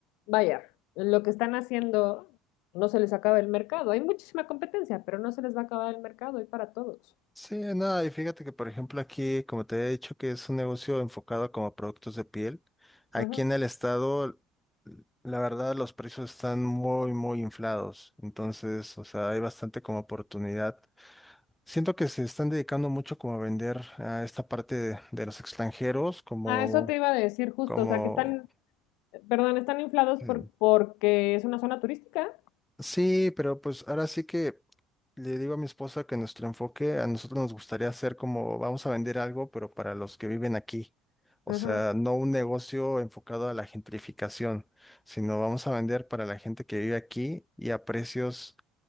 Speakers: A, on the left; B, in the centre.
A: Vaya, lo que están haciendo no se les acaba el mercado. Hay muchísima competencia, pero no se les va a acabar el mercado, hay para todos.
B: Sí, no, y fíjate que, por ejemplo, aquí, como te he dicho, que es un negocio enfocado como a productos de piel. Aquí
A: Ujú.
B: en el estado, la verdad, los precios están muy, muy inflados. Entonces, o sea, hay bastante como oportunidad. Siento que se están dedicando mucho como a vender a esta parte de, de los extranjeros, como,
A: Ah, eso te iba a decir justo,
B: como
A: o sea, que están, perdón, están inflados
B: Mm.
A: por, porque es una zona turística.
B: Sí, pero pues ahora sí que le digo a mi esposa que nuestro enfoque a nosotros nos gustaría hacer como vamos a vender algo, pero para los que viven aquí. O
A: Ujú,
B: sea, no un negocio enfocado a la gentrificación, sino vamos a vender para la gente que vive aquí y a precios